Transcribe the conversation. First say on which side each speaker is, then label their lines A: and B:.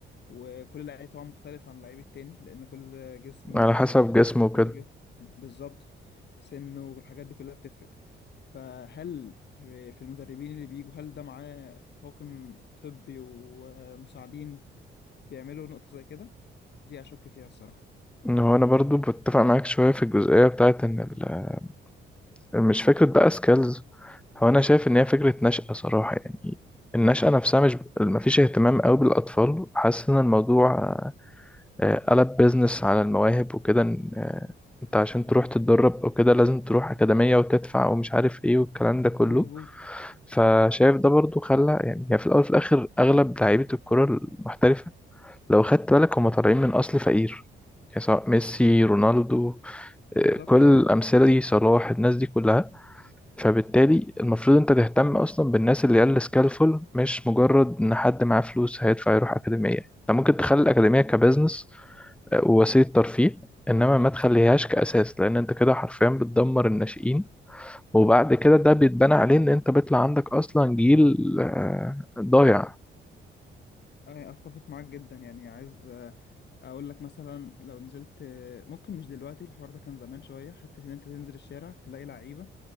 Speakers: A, on the left; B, in the centre.
A: وكل لعيب طبعا مختلف عن اللعيب التاني لأن كل جسم
B: على
A: يختلف
B: حسب جسمه وكده
A: كل جسم بالظبط سنه والحاجات دي كلها بتفرق فهل في في المدربين اللي بيجوا هل ده معاه طاقم طبي ومساعدين بيعملوا نقطة زي كده دي أشك فيها الصراحة
B: إن هو انا برضو بتفق معاك شويه في الجزئيه بتاعت ان ال- مش فكره بقى سكيلز هو انا شايف ان هي فكره نشأة صراحه يعني النشأة نفسها مش مفيش اهتمام قوي بالاطفال حاسس ان الموضوع آه، قلب بيزنس على المواهب وكده إن، آه، انت عشان تروح تتدرب او كده لازم تروح اكاديميه وتدفع ومش عارف ايه والكلام ده كله
A: مظبوط
B: فشايف ده برضو خلى يعني هي في الاول وفي الاخر اغلب لعيبه الكره المحترفه لو خدت بالك هم طالعين من اصل فقير يعني سواء ميسي رونالدو
A: بالظبط
B: كل
A: اه
B: الأمثلة دي صلاح الناس دي كلها فبالتالي المفروض أنت تهتم أصلا بالناس اللي قال سكالفول مش مجرد إن حد معاه فلوس هيدفع يروح أكاديمية أنت ممكن تخلي الأكاديمية كبزنس آه، ووسيلة ترفيه إنما ما تخليهاش كأساس لأن أنت كده حرفيا بتدمر الناشئين وبعد كده ده بيتبنى عليه إن أنت بيطلع عندك أصلا جيل آه، ضايع
A: آه، اتفق معاك جدا يعني عايز آه، اقول لك مثلا لو نزلت آه، ممكن مش دلوقتي الحوار ده كان زمان شويه حته ان انت تنزل الشارع تلاقي لعيبه